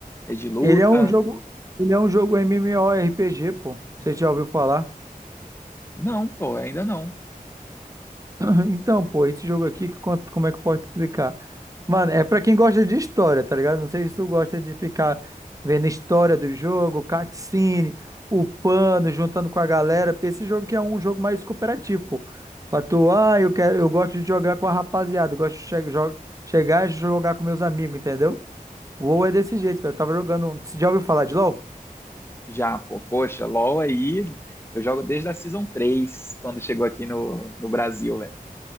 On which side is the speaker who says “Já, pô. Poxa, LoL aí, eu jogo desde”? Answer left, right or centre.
Left